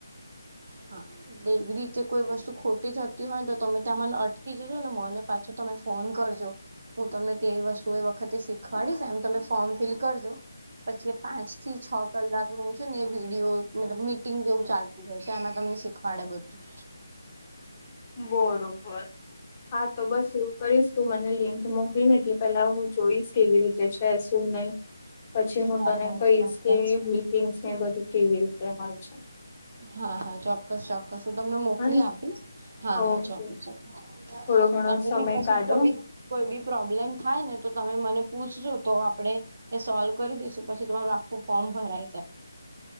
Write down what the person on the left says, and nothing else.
બરોબર હા તો બસ એવું. કરીશ તું મને લિન્થ મોકલી ને એટલે પેલા હું જોઈશ કેવી રીતે છે શું નહી. પછી હું
તને
કહીશ કે
મીટિંગ્સ ને બધું કેવી રીતે હોય છે.
હને
ઓકે
થોડો ઘણો
સમય
કાઢો